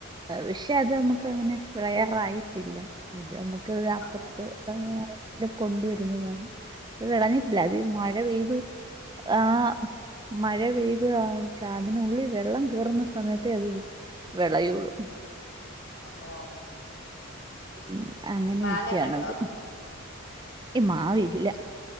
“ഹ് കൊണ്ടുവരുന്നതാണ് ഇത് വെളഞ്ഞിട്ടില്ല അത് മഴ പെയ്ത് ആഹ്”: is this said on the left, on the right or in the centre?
Right